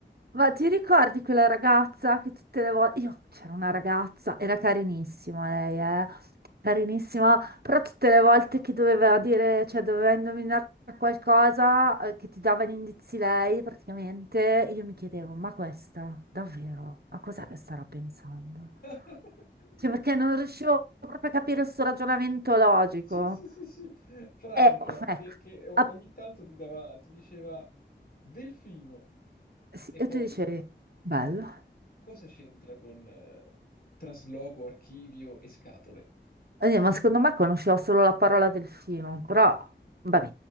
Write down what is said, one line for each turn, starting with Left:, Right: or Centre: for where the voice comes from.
Right: Ma ti ricordi quella ragazza che tutte le volte... Io c'era una ragazza, era carinissima lei, eh? Carinissima, però tutte le volte che doveva dire, cioè doveva indovinare qualcosa eh, che ti dava gli indizi lei, praticamente, io mi chiedevo, ma questa, davvero, a cos'è che starà pensando?
Left: <laughs>
Right: Cioè perché non riuscivo proprio a capire il suo ragionamento logico.
Left: Sì, sì, sì, sì. Franca,
Right: E ecco,
Left: che, che o-
Right: app-
Left: ogni tanto ti dava, ti diceva Delfino
Right: sì,
Left: e
Right: e
Left: poi
Right: tu dicevi, bello.
Left: cosa c'entra con eh, trasloco, archivio e scatole?
Right: Eh, ma secondo me conoscevo solo la parola delfino, però vabbè.